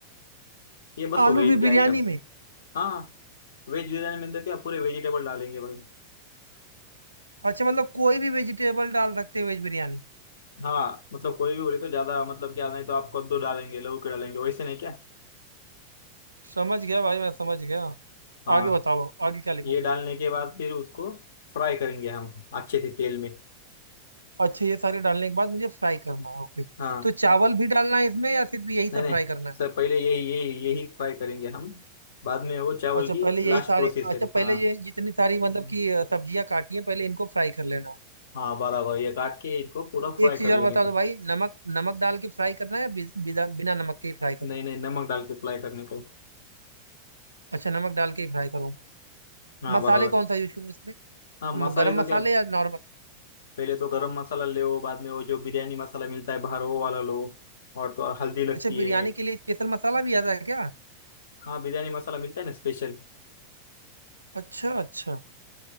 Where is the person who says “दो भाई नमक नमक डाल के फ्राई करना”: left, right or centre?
Right